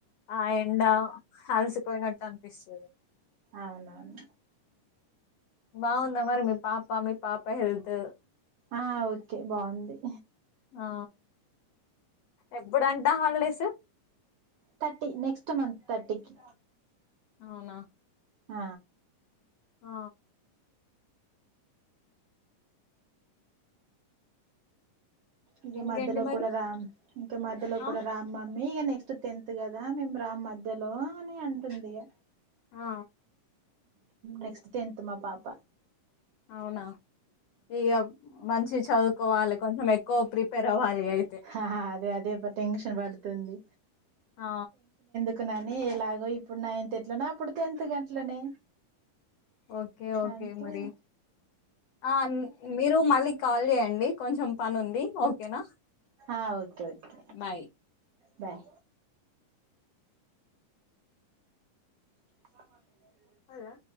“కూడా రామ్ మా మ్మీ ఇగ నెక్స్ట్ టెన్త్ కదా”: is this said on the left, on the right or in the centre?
Right